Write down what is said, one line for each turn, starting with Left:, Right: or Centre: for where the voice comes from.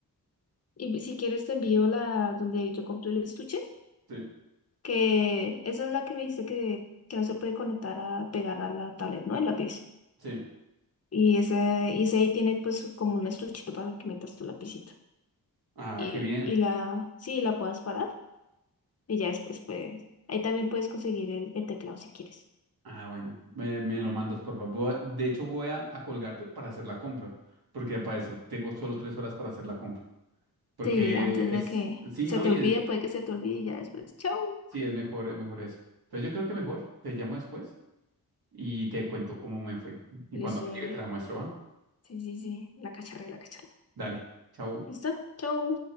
Left: Y si quieres te envío la donde yo compré el estuche,
Right: Sí,
Left: que esa es la que me dijiste que, que no se puede conectar a pegar a la tablet, ¿no? El lápiz.
Right: sí.
Left: Y ese, y ese ahí tiene pues como un estuchito para que metas tu lapicito.
Right: Ah,
Left: Y,
Right: qué bien.
Left: y la, sí, la puedas parar. Y ya después, pues, ahí también puedes conseguir el, el teclado si quieres.
Right: Ah, bueno, me, me lo mandas, por favor. Voy- De hecho, voy a, a colgarte para hacer la compra. Porque al parecer tengo solo tres horas para hacer la compra. Porque
Left: Sí, antes de
Right: es,
Left: que
Right: sí,
Left: se
Right: ¿no?
Left: te
Right: Y
Left: olvide,
Right: es-
Left: puede que se te olvide y ya después, chau.
Right: sí, es mejor, es mejor eso. Entonces yo creo que mejor te llamo después y te cuento cómo me fue. Y
Left: Listo,
Right: cuando me
Left: bebé.
Right: llegue te la muestro, ¿va?
Left: Sí, sí, sí, la cacharré, la cacharré.
Right: Dale, chao.
Left: ¿Listo? Chau.